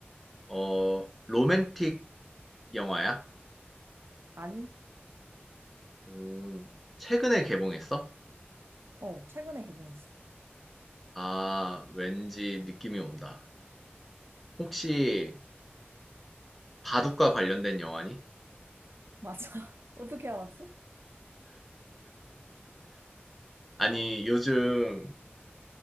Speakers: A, in the centre; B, on the right.
A: 어, 로맨틱 영화야?
B: 아니?
A: 오, 최근에 개봉했어?
B: 어, 최근에 개봉했어.
A: 아, 왠지 느낌이 온다. 혹시 바둑과 관련된 영화니?
B: 맞아. <laughs> 어떻게 알았어?
A: 아니, 요즘